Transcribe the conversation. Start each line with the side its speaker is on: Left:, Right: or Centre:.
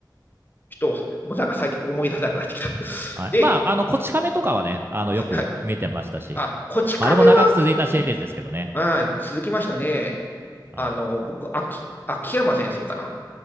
Left: っと、もうなんか最近思い出せなくなってきた。
Right: はい、
Left: で、
Right: まあ、あの、こち亀とかはね、あの、
Left: はい、
Right: よく見てましたし、
Left: はい。あ、こち亀はね、
Right: まああれも長く続いたシリーズですけどね。
Left: うん。あ続きましたね。
Right: はい。
Left: あの、僕、秋、秋山先生かな。